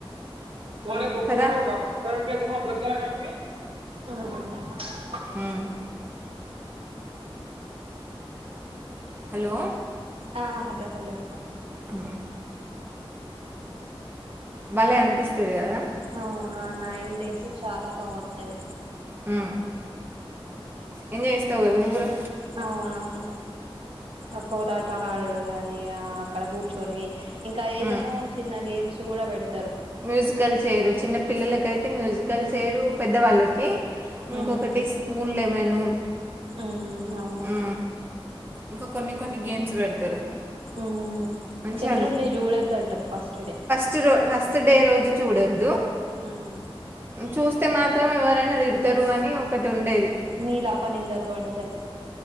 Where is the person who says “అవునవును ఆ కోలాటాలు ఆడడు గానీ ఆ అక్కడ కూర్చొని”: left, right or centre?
Right